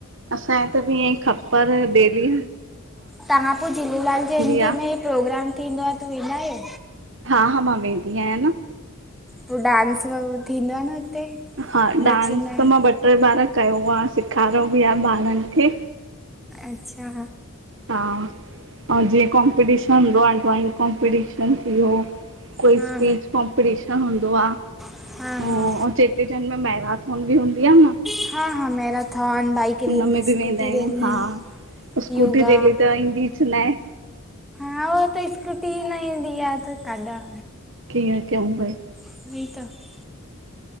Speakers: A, on the right (about 55°); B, in the centre.
A: असांजे हिते बि ईअं खप्पर बेली
B: तव्हां पोइ झूलेलाल जयंती
A: आहे
B: में प्रोग्राम थींदो आहे, त वेंदा आहियो?
A: हा हा मां वेंदी आहियां न।
B: पो डांस वगरह थींदो आ न हुते?
A: हा
B: नचंदा
A: डांस
B: आहिनि
A: त मां ॿ टे ॿार कयो आ, सेखारियो बि आ ॿारनि खे।
B: अच्छा
A: हा, ऐं जीअं कॉम्पिटीशन हूंदो आ ड्राइंग कॉम्पिटीशन थि वियो कोई
B: हा
A: स्पीच
B: हा
A: कॉम्पटीशन हूंदो आ।
B: हा हा
A: अंउ चेटीचंड में महराथोन बि हूंदी आ न।
B: हा हा मेराथन, बाइक
A: हुनमें
B: रैली स्कूटी
A: बि वेंदा आहियूं,
B: रैली
A: हा स्कूटी
B: योगा
A: रेली त ईंदीच न आहे।
B: हा उह त स्कूटी ईंदी न आहे ताढां
A: कींअं कंउ भई।
B: र त <inaudible>